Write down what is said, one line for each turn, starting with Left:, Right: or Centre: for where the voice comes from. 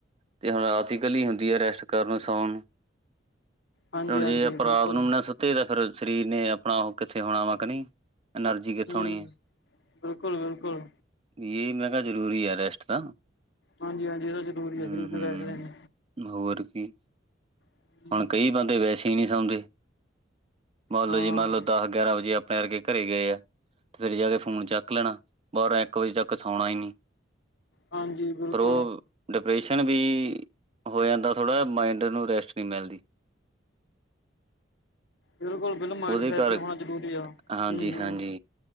Right: ਤੇ ਹੁਣ ਰਾਤ ਇਕੱਲੀ ਹੁੰਦੀ ਐ ਰੈਸਟ ਕਰਨ ਸੌਣ
Left: ਹਾਂਜੀ
Right: ਹੁਣ
Left: ਹਾਂਜੀ
Right: ਜੇ ਆਪਾਂ ਰਾਤ
Left: ਬਿਲਕੁਲ
Right: ਨੂੰ ਨਾ ਸੁੱਤੇ ਤਾਂ ਫੇਰ ਸਰੀਰ ਨੇ ਆਪਣਾ ਉਹ ਕਿੱਥੇ ਹੋਣਾ ਵਾ ਕਿ ਨਹੀਂ। ਐਨਰਜੀ ਕਿੱਥੋਂ
Left: ਹੂੰ,
Right: ਆਉਣੀ ਹੈ
Left: ਬਿਲਕੁਲ ਬਿਲਕੁਲ।
Right: ਇਹ ਮੈਂ ਕਿਹਾ ਜ਼ਰੂਰੀ ਆ ਰੈਸਟ ਤਾਂ।
Left: ਹਾਂਜੀ-ਹਾਂਜੀ ਇਹਦਾ ਜ਼ਰੂਰੀ ਐ
Right: ਹੂੰ-ਹੂੰ
Left: <unintelligible>
Right: ਹੋਰ ਕੀ,
Left: ਹੂੰ
Right: ਹੁਣ ਕਈ ਬੰਦੇ ਵੈਸੇ ਈ ਨੀ ਸੌਂਦੇ। ਮੰਨ
Left: ਹਾਂ
Right: ਲੋ ਜੀ ਮੰਨ ਲਓ। ਦਸ ਗਿਆਰਾਂ ਵਜੇ ਆਪਣੇ ਅਰਕੇ ਘਰੇ ਗਏ, ਆ ਤੇ ਫੇਰ ਜਾ ਕੇ ਫੋਨ ਚੱਕ ਲੈਣਾ ਬਾਰਾਂ ਇੱਕ ਵਜੇ ਚੱਕ ਕਸਾਉਣਾ ਈ ਨੀ,
Left: ਹਾਂਜੀ ਬਿਲਕੁਲ
Right: ਪਰ ਉਹ ਲੋਕੇਸ਼ਨ ਵੀ ਹੋ ਜਾਂਦਾ ਥੋੜਾ, ਮਾਇੰਡ ਨੂੰ ਰੈਸਟ ਨਹੀਂ ਮਿਲਦੀ।
Left: ਬਿਲਕੁਲ। ਬਿਲ ਮਾਇੰਡ
Right: ਉਹਦੇ
Left: ਫਰੈਸ਼
Right: ਕਰਕ,
Left: ਹੋਣਾ ਜ਼ਰੂਰੀ ਆ ਹੂੰ
Right: ਹਾਂਜੀ-
Left: ਹੂੰ
Right: ਹਾਂਜੀ